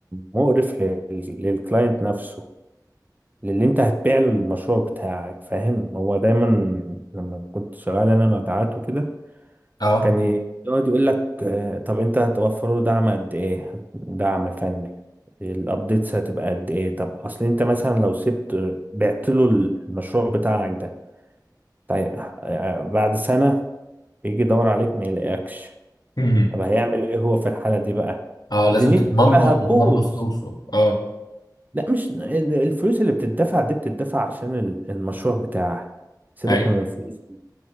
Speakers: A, on the right; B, on the left.
A: مقرف لل- للكلاينت نفسه للي انت هتبيع له المشروع بتاعك فاهم هو دايما لما كنت شغال انا مبيعات وكده
B: اه
A: كان يقعد يقول لك آه، طب انت هتوفر له دعم قد ايه دعم فني الابديتس هتبقى قد ايه طب اصل انت مثلا لو سبت بعت له المشروع بتاعك ده طيب آه، آه، بعد سنة يجي يدور عليك ما يلاقيكش
B: أمم.
A: طب هيعمل ايه هو في الحالة دي بقى
B: اه لازم
A: دنيته
B: تضمن
A: كلها
B: له تضمن
A: هتبوظ
B: له فلوسه اه
A: لا مش ال- الفلوس اللي بتدفع دي بتدفع عشان ال- المشروع بتاعك سيبك
B: اي
A: من الفلوس دي